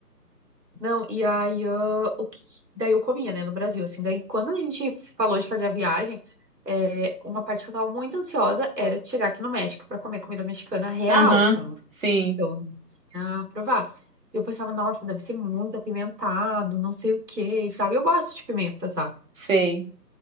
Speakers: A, on the right (about 75°); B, on the right (about 50°).
A: Não, e aí eu, o que, daí eu comia, né, no Brasil, assim. Daí quando a gente falou de fazer a viagem, é, uma parte que eu tava muito ansiosa era de chegar aqui no México pra comer comida mexicana real,
B: Aham,
A: porque eu não,
B: sim,
A: eu não tinha provado. E eu pensava, nossa, deve ser muito apimentado, não sei o quê e tal. E eu gosto de pimenta, sabe?
B: sei.